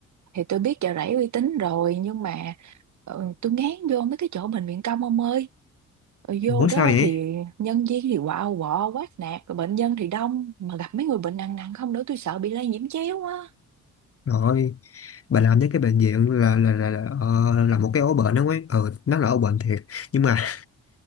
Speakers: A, on the right; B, on the left.
A: thì tôi biết chợ rẫy uy tín rồi nhưng mà ờ, tôi ngán vô mấy cái chỗ bệnh viện công ông ơi Ở vô
B: Ủa
A: đó
B: sao vậy
A: thì nhân viên thì quạo quọ quát nạt rồi bệnh nhân thì đông mà gặp mấy người bệnh nặng nặng không nữa tôi sợ bị lây nhiễm chéo á
B: rồi bà làm với cái bệnh viện là là là là, ờ, là một cái ổ bệnh đó ấy ừ nó là ổ bệnh thiệt nhưng mà